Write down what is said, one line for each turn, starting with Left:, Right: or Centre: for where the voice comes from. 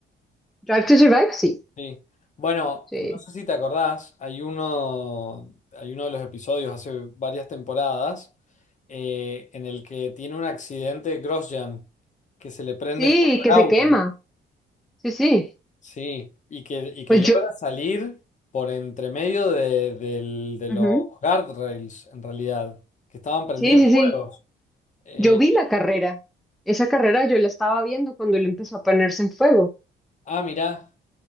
Centre: Drive to Survive, sí,
Left: Sí. Bueno,
Centre: sí,
Left: no sé si te acordás, hay uno, hay uno de los episodios hace varias temporadas eh, en el que tiene un accidente Grosjean, que se le prende
Centre: sí,
Left: fuego
Centre: que
Left: al
Centre: se
Left: auto,
Centre: quema, sí, sí,
Left: sí, y que, y que
Centre: pues
Left: logra
Centre: yo,
Left: salir por entre medio de, del- de
Centre: ujú,
Left: los guardrails, en realidad, que estaban prendidos
Centre: Sí, sí,
Left: fuegos.
Centre: sí.
Left: Eh,
Centre: Yo vi la carrera, esa carrera yo la estaba viendo cuando él empezó a ponerse en fuego.
Left: ah, mirá,